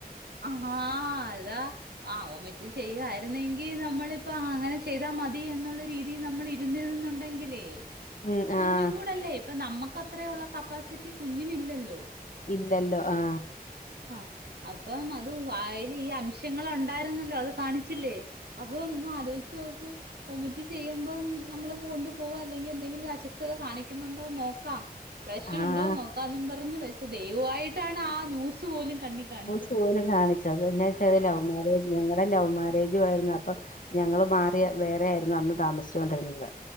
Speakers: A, on the right; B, on the left.
A: ആഹ അതാ അ വോമിറ്റ് ചെയ്യ വരുന്നെങ്കിൽ നമ്മളിപ്പോ അങ്ങനെ ചെയ്താൽ മതി എന്നുള്ള രീതി നമ്മൾ ഇരുന്നിണ്ടെങ്കിലേ
B: ഉം
A: കുഞ്ഞും
B: ആഹ്
A: കൂടല്ലേ ഇപ്പൊ നമ്മക്ക് അത്രയ ഉള്ള കപ്പാസിറ്റി കുഞ്ഞിന് ഇല്ലല്ലോ
B: ഇല്ലല്ലോ ആഹ്
A: അ അപ്പം അത് വയ്യി ഈ അംഷങ്ങൾ ഉണ്ടായിരുന്നല്ലോ അത് കാണിച്ചില്ലേ അപ്പൊ ഒന്നും ആലോചിച്ച് നോക്ക് വോമിറ്റ് ചെയ്യുമ്പം നമ്മള കൊണ്ടു പോവാ അല്ലെങ്കിൽ എന്തെങ്കിലും അസ്വസ്ഥത കാണിക്കുന്നുണ്ടോന്ന് നോക്കാം പ്രശ്നം
B: ആഹ്
A: ഇണ്ടോന്ന് നോക്കും പ പറഞ്ഞ വെച്ച് ദൈവമായിട്ടാണ് ആ ന്യൂസ് സ് പോലും കണ്ണി കാണിച്ച
B: <unintelligible> കാണിച്ചത് എന്നാ വെച്ചാ ലവ് മാര്യേജ് ഞങ്ങളുടെ ലവ് മാരേജും ആരുന്നു അപ്പൊ ഞങ്ങൾ മാറിയ വേറെ ആയിരുന്നു അന്ന് താമസിച്ച ചോണ്ടിരുന്നത്